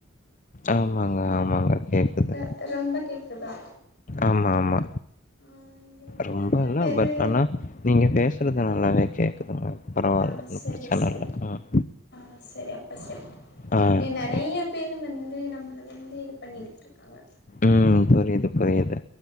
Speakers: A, on the left (about 40°); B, on the left (about 55°).
A: ஆமாங்க ஆமாங்க கேக்குது.
B: அ ரொம்ப கேக்குதா
A: ஆமா ஆமா
B: ஆ இங்க வந்து
A: ரொம்ப
B: நெறைய
A: இல்ல
B: பேரு
A: பட் அனா நீங்க பேசுறது எனக் நல்லாவே கேக்குதுங்க பரவால்ல.
B: ஆ
A: ஒண்ணும்
B: செரி
A: பிரச்சன
B: செரி
A: இல்ல. ம்.
B: ஆ செரி அப்ப செரி
A: ஆ
B: நீ நெறையா
A: சரி.
B: பேரு வந்து நம்மள வந்து இது பண்ணிக்கிட்டு இருக்காங்க
A: ம் புரியுது புரியுது